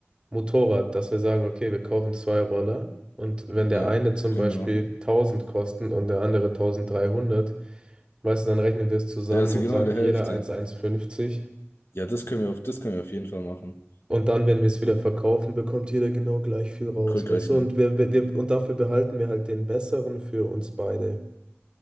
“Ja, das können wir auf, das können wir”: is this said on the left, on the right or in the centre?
Left